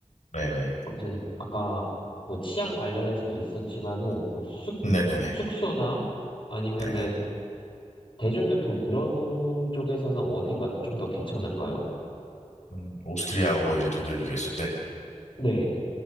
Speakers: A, on the left (about 70°); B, on the left (about 45°).
A: 네네,
B: 뭐 이제 아까 뭐 치안 관련해서도 있었지만은, 뭐 숙,
A: 네네네,
B: 숙소나 아니면은
A: 네네.
B: 대중교통 이런 쪽에서는 어디가 좀 더 괜찮을까요?
A: 음, 오스트리아하고 이제 독일 비교했을 때.
B: 네.